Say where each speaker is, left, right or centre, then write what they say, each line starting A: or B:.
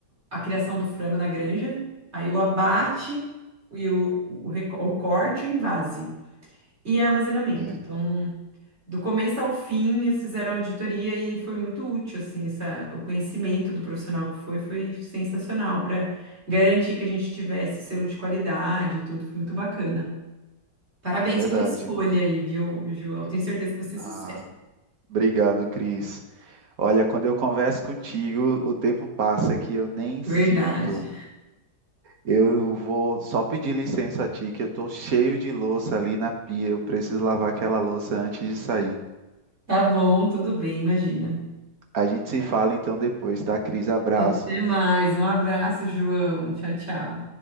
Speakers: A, on the right (about 35°); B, on the right (about 50°).
A: a criação do frango na granja, aí o abate e o, o, reco- o corte, o envase e armazenamento.
B: É,
A: Então do começo ao fim, eles fizeram auditoria e foi muito útil, assim, essa, o conhecimento do profissional que foi, foi sensacional para garantir que a gente tivesse o selo de qualidade e tudo, foi muito bacana. Parabéns
B: É verdade.
A: pela escolha aí, viu, João? Tenho certeza que vai ser
B: Ah,
A: sucesso.
B: obrigado, Cris. Olha, quando eu converso contigo, o tempo passa que eu nem sinto.
A: Verdade.
B: Eu vou só pedir licença a ti, que eu tô cheio de louça ali na pia. Eu preciso lavar aquela louça antes de sair.
A: Tá bom, tudo bem, imagina.
B: A gente se fala então depois, tá, Cris? Abraço.
A: Até mais, um abraço, João. Tchau, tchau.